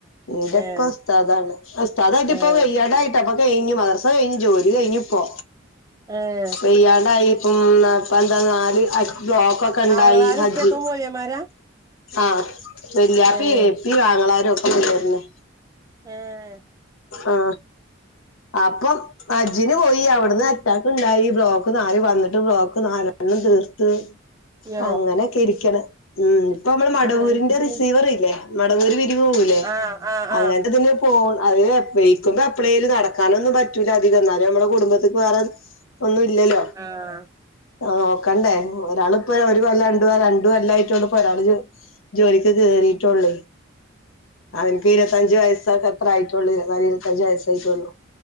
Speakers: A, on the left (about 85°); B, on the right (about 15°).
A: ന്റുപ്പ
B: ഏഹ്
A: ഉസ്താദാണ് ഉസ്താദായിട്ടിപ്പം
B: ഏഹ്
A: വെയ്യാ ട്ടപ്പ കെയ്ഞ്ഞു മദ്രസ കയ്ഞ്ഞു ജോലി കയ്ഞ്ഞുപ്പോ
B: ഏഹ്
A: വെയ്യാണ്ടായി ഇം ഇപ്പ എന്താ നാല് അറ്റ് ബ്ലോക്കൊക്കെണ്ടായി
B: ആങ്ങളാരും
A: ഹജ്ജ്
B: ഉപ്പയൊക്കെ മൊല്യമാരാ
A: ആ വെല്യാപ്പി
B: ഏഹ്
A: പ്പീ ആങ്ങളാരൊക്കെണ്ടെര്ന്നു
B: ഏഹ്
A: ആ അപ്പം അജ്ജ്‌ന് പോയി അവ്ട് ന്ന് അറ്റാക്ക്ണ്ടായി ബ്ലോക്ക് നാല് വന്ന്ട്ട് ബ്ലോക്ക് നാലെണ്ണം തീർത്ത്
B: യോ
A: അങ്ങനെക്കെ രിക്ക്ണ് ഉം ഇപ്പ മ്മ ള് മടവൂരിന്റെ
B: ആഹ്
A: റിസീവറ്ല്ലേ മടവൂര് പിരിവ് പോവൂലേ
B: ആഹ് ആഹ്
A: അങ്ങൻത്തതിന്
B: ആഹ് ആഹ്
A: പോവും <unintelligible> വെയ്ക്കുമ്പോ എപ്പ്ളേലും നടക്കാനൊന്നും പറ്റൂല അധികം ന്നാലും ഞമ്മളെ കുടുംബത്ത്ക്ക് വേറെ ഒന്നുല്ലല്ലോ
B: ആഹ്
A: ആ നോക്കണ്ടേ ഒരാള്പ്പോ ഒരു കൊല്ലം രണ്ട് രണ്ട് കൊല്ലായിട്ടൊള്ളു പ്പൊ ഒരാള് ജോലി ജോലിക്ക് കേറീട്ടൊള്ളെ അവൻക്ക് ഇരുവത്തഞ്ജ് വയസ്സൊക്കെ അത്ര ആയിട്ടൊള്ളൂ ഇരുവത്തിനാല് ഇരുവത്തഞ്ജ് വയസായ്റ്റൊള്ളൂ